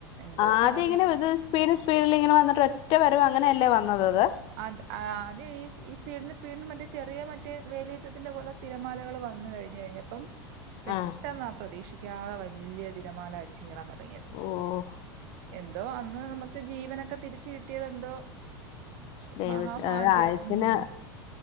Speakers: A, on the right; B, on the left.
A: എന്തോ
B: ആദ്യ
A: ഭാഗ്യം
B: ഇങ്ങനെ ഇത് സ്പീഡിൽ സ്പീഡിലിങ്ങനെ വന്നിട്ട് ഒറ്റ വരവ് അങ്ങനല്ലേ വന്നത്. അത്
A: അത് ആദ്യം ഈ, ഈ സ്പീഡിന് സ്പീഡിനും മറ്റേ ചെറിയ മറ്റേ വേലിയേറ്റത്തിന്റെ പോലെ തിരമാലകൾ വന്നു കഴിഞ്ഞു കഴിഞ്ഞപ്പം. പെട്ടെന്നാ
B: ആഹ്
A: പ്രതീക്ഷിക്കാത വലിയ തിരമാല അടിച്ചു കേറാൻ തുടങ്ങിയത്.
B: ഓഹ്
A: എന്തോ അന്ന് നമുക്ക് ജീവനൊക്കെ തിരിച്ച് കിട്ടിയത് എന്തോ
B: ദൈവ
A: മഹാഭാഗ്യം
B: ആയത്തിന്
A: ഉം